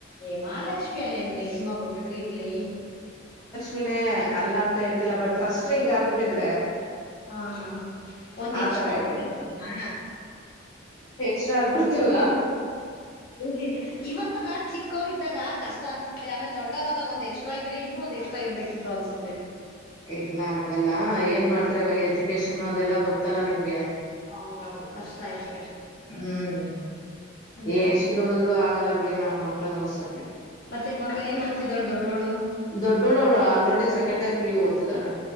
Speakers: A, on the left; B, on the left.
A: ಏ ಮಹಾಲಕ್ಷ್ಮಿ ಅಲ್ಲೇನ್ರರಿ ಹೆಣ್ ಮಗ ಬಿಡ್ರಿ ಇರ್ಲಿ.
B: ವೆನೆ ಅಲ್ಲಾ ಅಂತ ಹೇಳ್ತಿಲ್ಲ ಬಟ್ ಫಸ್ಟ್ ಹಿಂಗ ಆಗ್ಬಿಟ್ಟಿದ್ರೆ.
A: ಹಾ ಹಾ ಹಾ ಒಂದ್
B: ಆತರ
A: ಎಕ್ಸ್ಟ್ರಾ
B: ಹೇಳಿದ್ದು
A: ಆಯ್ತು ಅಂತನಾ.
B: ಇಷ್ಟ ಆಗ್ಬಿಡ್ತಲ್.
A: ಇ ಇವಾಗ ಚಿಕ್ಕವರ್ ಇದ್ದಾಗ ಕಷ್ಟ ಅನ್ಸುತ್ತೆ ಆಮೇಲೆ ದೊಡ್ಡವ್ರಾದಾಗ ಒಂದ್ ಎಕ್ಸ್ ಎಕ್ಸ್ಟ್ರಾ ಇದ್ರೆ ಇನ್ನೂ ಒಂದ ಎಕ್ಸ್ಟ್ರಾ ಇರ್ಬೇಕಿತ್ತು ಅನ್ಸುತ್ತೆ.
B: ಇಲ್ಲ ಹಂಗಲ್ಲ ಏನ್ ಮಾಡ್ತರಿ ಅವವಾಗ ಎಜುಕೇಶನ್ ಅದೆಲ್ಲಾ ಗೊತ್ತಲ್ಲಾ ನಿಮ್ಗೆ.
A: ಹೌದೌದು ಕಷ್ಟ ಆಯ್ತು.
B: ಹ್ಮ್
A: ಹ್ಮ್
B: ಎಷ್ಟು ದುಡುದ್ರು ಆಗಲ್ಲ ಬಿಡಿ ಮೇಡಮ್ ಮಕ್ಳ ಓದ್ಸಕ್ಕೆ.
A: ಮತ್ತೆ ಮಗ್ಳ ಏನ್ ಓದ್ತಿದಾಳ ದೊಡ್ಡೋಳು.
B: ದೊಡ್ಡೋಳು ಅವಳು already second year P U ಓತಿದ್ದಳೆ.